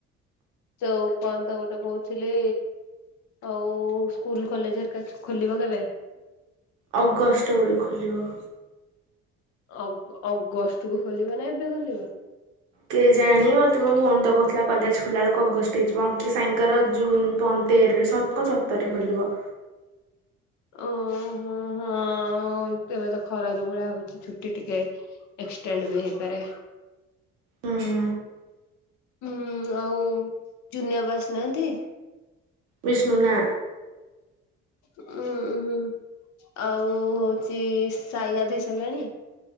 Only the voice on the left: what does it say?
ଯୋଉ କଣ ତ ଗୋଟେ କହୁଥିଲି ଆଉ ସ୍କୁଲ କଲେଜ ହେରିକା ଖୋଲିବ କେବେ?
ଅ ଅଗଷ୍ଟ କୁ ଖୋଲିବ ନା ଏବେ ଖୋଲିବ?
ଓ ହୋ ହଁ। ହଁ, ଏବେ ତ ଖରା ଯୋଉ ଭଳିଆ ହଉଛି ଛୁଟି ଟିକେ, ଏକ୍ସଟେଣ୍ଡ ବି ହେଇପାରେ?
ହୁଁ, ଆଉ ଜୁନିଆ ବା ଆସିନାହାନ୍ତି?
ଉଁ ଉ ହୁଁ, ଆଉ ହଉଚି ସାଇ ଗାଧୋଇ ସାରିଲାଣି?